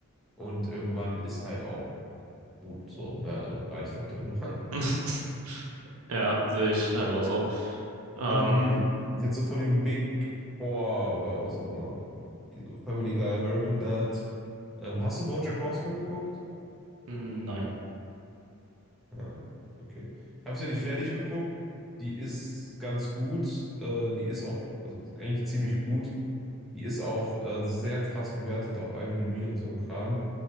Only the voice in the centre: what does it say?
Und irgendwann ist halt auch gut so, ne? Also reicht halt irgendwann.
Mhm, Jetzt so von den Big Four oder was auch immer. Die So Family Guy, American Dad. Ähm, hast du BoJack Horseman geguckt?
Ja, okay. Ich habe sie nicht fertig geguckt. Die ist ganz gut. Äh, die ist auch, also eigentlich ziemlich gut. Die ist auch äh, sehr krass bewertet auf IMDb und so ein Kram.